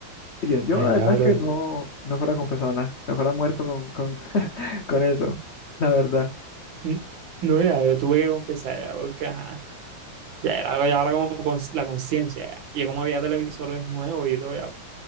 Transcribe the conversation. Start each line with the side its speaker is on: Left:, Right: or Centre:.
Left: Yo, yo
Right: María,
Left: la verdad
Right: bro,
Left: es que no, no fuera confesado nada. Me fuera muerto con, con, <laughs> con eso. La verdad.
Right: mm, no, ya, yo tuve que confesar, ya, porque, ajá, ya era, ya era como cons- la conciencia, ya. Y como había televisores nuevos y todo, ya,